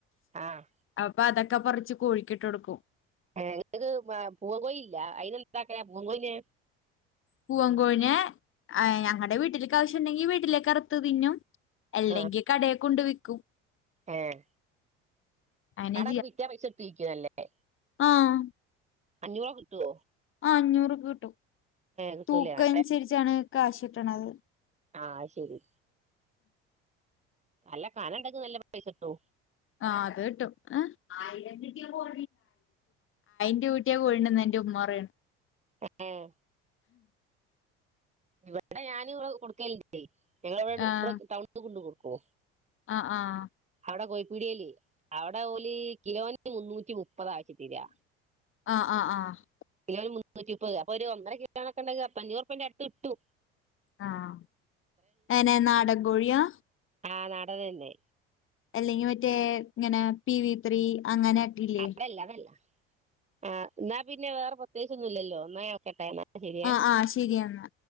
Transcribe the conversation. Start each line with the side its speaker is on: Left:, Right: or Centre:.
Right: ആഹ്
Left: അപ്പ അതൊക്ക ഒക്കെ പറിച്ച് കോഴിക്കിട്ട് കൊടുക്കും
Right: ഏ ഇങ്ങക്ക് പൂവൻ കോഴില്ല അയിന് എന്താക്കണ പൂവൻ കോഴിനെ
Left: പൂവൻ കോഴിനെ ഞങ്ങടെ വീട്ടിലക്കാവശ്യംണ്ടെങ്കിൽ വീട്ടിലേക്കറുത്ത് തിന്നും അല്ലെങ്കിൽ
Right: ആഹ്
Left: കടേ കൊണ്ട് വിക്കും ക്കും
Right: ഏഹ്
Left: അങ്ങനെ
Right: ആടൊക്കെ വിറ്റ പൈസ കിട്ടു വെരിക്കുവല്ലേ
Left: ആഹ്
Right: അഞ്ഞുറൊക്കെ കിട്ടോ
Left: അഞ്ഞൂറ് കിട്ടും
Right: കിട്ടൂലേ
Left: തൂക്കനുസരിച്ചാണ്
Right: ആഹ്
Left: കാശ് കിട്ടണത്
Right: ആഹ അത് ശരി നല്ല കന ഇണ്ടങ്കിൽ നല്ല പൈസ കിട്ടു
Left: ആഹ് അത് കിട്ടും ആയിരം രൂപ കിട്ടിയ കോഴി ഉണ്ടെന്ന എന്റെ ഉമ്മ പറയണേ
Right: ഏഹ് ഇവിടെ ഞാന് ഇവളും കൊടുകല്ണ്ടെ ഞങ്ങളവിടെ
Left: ആഹ്
Right: ഇവിടെ ടൗണിൽ കൊണ്ട് പോകും കു
Left: ആഹ് ആഹ്
Right: ഇവിടെ കോഴിപിടിയെലെ അവിടെ ഒരു കിലോ - മുന്നൂറ്റി മുന്നൂറ്റിമുപ്പത് ആക്കി തരിക
Left: ആഹ് ആഹ് ആഹ് ആഹ്
Right: <unintelligible> മുന്നൂറ്റി മുപ്പത് അപ്പൊ ഒരുഒന്നര കിലോ ഒക്കെ ഉണ്ടെങ്കിൽ അഞ്ഞൂറ് രൂപായറ്റൈ അടുത്ത <unintelligible>
Left: ആ ആ എങ്ങനെ നാടൻ കോഴിയ
Right: ആ നാടൻ തന്നെ
Left: അല്ലെങ്കിൽ മറ്റേ ഇങ്ങനെ <unintelligible> അങ്ങനെ ഒക്കെ ഇല്ലേ
Right: അതല്ല അതല്ല ആ എന്നാ പിന്നെ വേറേ പ്രത്യേകിച്ച് ഒന്നും ഇല്ലല്ലോ എന്നാ ഞാൻ വെക്കയിട്ടേ എന്നാ ശരിയേ
Left: ആ ആ ശരി എന്നാ